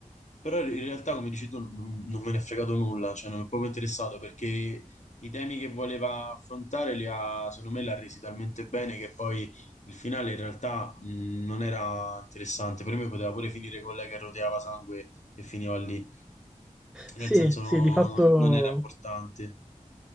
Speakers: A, on the left; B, in the centre.
A: Però in realtà, come dici tu, non, non me ne è fregato nulla, cioè non mi è proprio interessato perché i temi che voleva affrontare li ha, secondo me, l'ha resi talmente bene che poi il finale in realtà mh, non era interessante. Per me poteva pure finire con lei che roteava sangue e finiva lì,
B: Sì,
A: nel senso
B: sì,
A: no-
B: di fatto
A: non era importante.